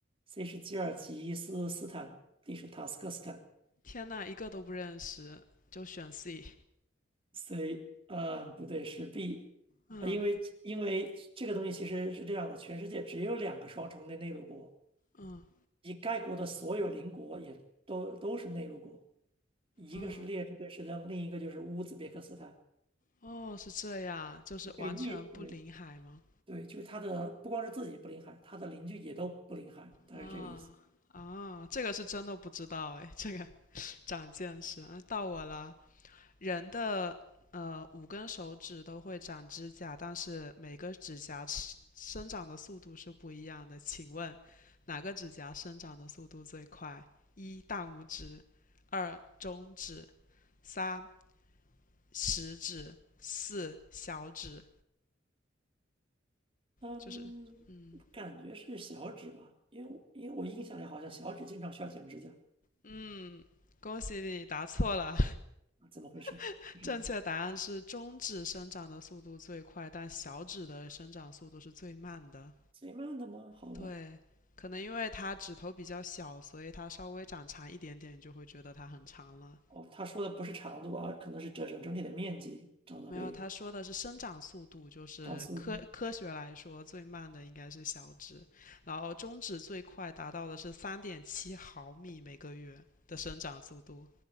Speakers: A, on the right (about 30°); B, on the left (about 45°).
A: ，C 是吉尔吉斯斯坦，D 是塔斯克斯坦。
B: 天呐，一个都不认识，就选 C。
A: C，嗯，呃不对，是 B，
B: 嗯
A: 啊，因为因为这个东西其实是这样的，全世界只有两个双重内内陆国，
B: 嗯
A: 以该国的所有邻国也都都是内陆国，一个是列支敦士登，
B: 嗯，
A: 另一个就是乌兹别克斯坦。
B: 哦，是这样，就是完全不临海吗？
A: 这个意，对对，就是它的不光是自己不临海，它的邻居也都不临海，大概是这个意思。
B: 啊啊，这个是真的不知道哎，这个 <laughs> 长见识啊，到我了。人的呃五根手指都会长指甲，但是每个指甲是生长的速度是不一样的。请问哪个指甲生长的速度最快？一大拇指，二中指，三食指、四小指，
A: 嗯，
B: 就是嗯
A: 感觉是小指吧，因为我因为我印象里好像小指经常需要剪指甲
B: 嗯，恭喜你答错了，
A: 啊，怎么回事？
B: <laughs>
A: 什么
B: 正确答案是中指生长的速度最快，但小指的生长速度是最慢的。
A: 最慢的吗？好吧，
B: 对，可能因为它指头比较小，所以它稍微长长一点点，你就会觉得它很长了。
A: 哦，他说的不是长度啊，可能是整整整体的面积长得会
B: 没有，他说的是生长速度，就是科科学来说最慢的应该是小指，
A: 长速度，
B: 然后中指最快达到的是三点七毫米每个月的生长速度。